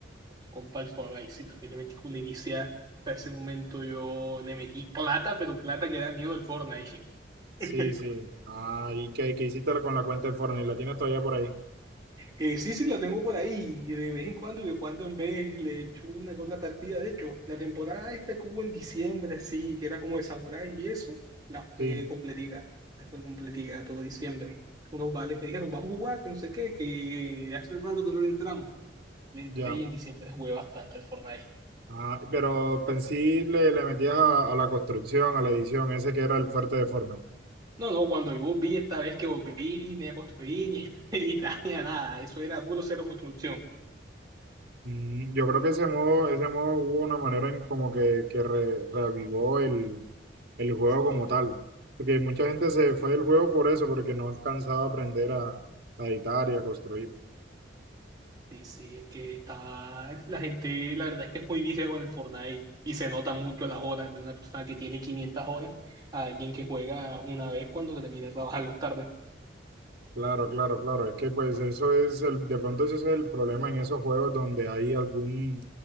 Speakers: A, on the right; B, on the right.
A: Compa el Forsyth, y también le metí culevicia. Para ese momento yo le metí plata, pero plata que da miedo el Fortnite.
B: Sí,
A: <laughs>
B: sí. Ah, ¿y qué, qué hiciste con la cuenta de Fortnite? ¿La tienes todavía por ahí?
A: Eh, sí, sí, la tengo por ahí. y De vez en cuando, y de cuando en vez le echo una que otra partida. De hecho, la temporada esta que hubo en diciembre, sí, que era como de samuráis y eso, la
B: Sí,
A: fue completica. Después completica todo diciembre. Unos vales me dijeron, vamos a jugar, que no sé qué, que hace rato que no le entramos. Le entré
B: ya.
A: y en diciembre jugué bastante el Fortnite.
B: Ah, pero pensé le, le metías a, a la construcción, a la edición, ese que era el fuerte de Fortnite.
A: No, no, cuando yo vi esta vez que volví, me construí <laughs> y, y nada, eso era puro cero construcción.
B: Mm, yo creo que ese modo, ese modo hubo una manera en como que, que re- reavivó el, el juego como
A: Sí,
B: tal. Porque mucha gente se fue del juego por eso, porque no alcanzaba a aprender a, a editar y a construir.
A: Sí, sí, es que está. La gente, la verdad es que es muy vicia con el Fortnite y se nota mucho las horas de una persona que tiene 500 horas a alguien que juega una vez cuando termina de trabajar las tardes.
B: Claro, claro, claro. Es que pues eso es el, de pronto ese es el problema en esos juegos donde hay algún,